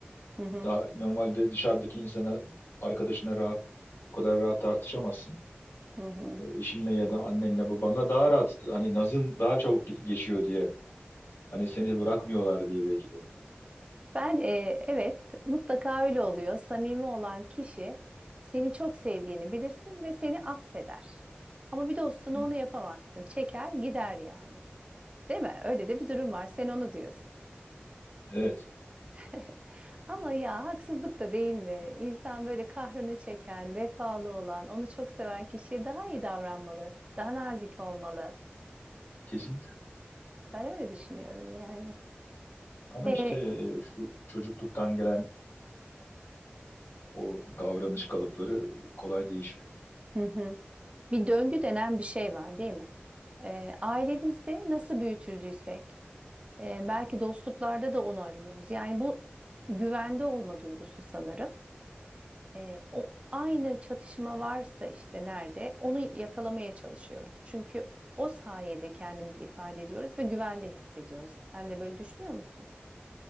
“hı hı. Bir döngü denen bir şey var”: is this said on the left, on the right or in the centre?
Right